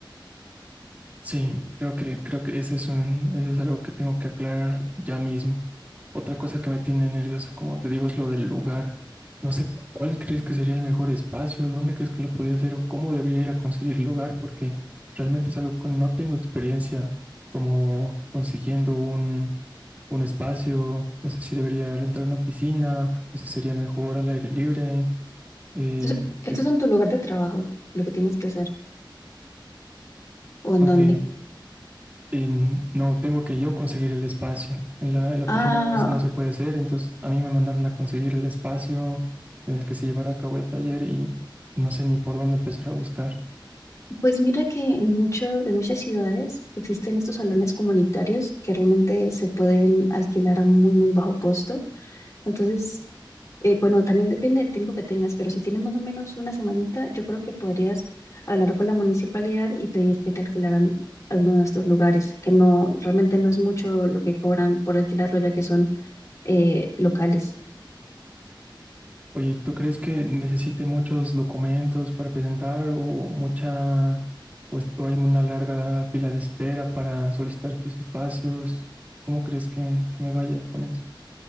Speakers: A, on the right; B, on the left.
A: Sí, creo que, creo que ese es un, ese es algo que tengo que aclarar ya mismo. Otra cosa que me tiene nervioso, como te digo, es lo del lugar. No sé cuál crees que sería el mejor espacio, dónde crees que lo podría hacer o cómo debería ir a conseguir lugar, porque realmente es algo que no tengo experiencia como consiguiendo un, un espacio. No sé si debería rentar una oficina o si sería mejor al aire libre. Eh,
B: Entonces, esto
A: es,
B: es en tu lugar de trabajo, lo que tienes que hacer o en
A: ok.
B: dónde.
A: Y no, tengo que yo conseguir el espacio. En la, en la oficina
B: Ah,
A: no, no se puede hacer, entonces a mí me mandaron a conseguir el espacio en el que se llevara a cabo el taller y no sé ni por dónde empezar a buscar.
B: Pues mira que en mucho, en muchas ciudades existen estos salones comunitarios que realmente se pueden alquilar a muy, muy bajo costo. Entonces, eh, bueno, también depende del tiempo que tengas, pero si tienes más o menos una semanita, yo creo que podrías hablar con la municipalidad y pedir que te alquilaran alguno de estos lugares, que no, realmente no es mucho lo que cobran por alquilarlo, ya que son eh, locales.
A: Oye, ¿tú crees que necesite muchos documentos para presentar o mucha, o, es- o hay una larga fila de espera para solicitar tus espacios? ¿Cómo crees que, que me vaya con eso?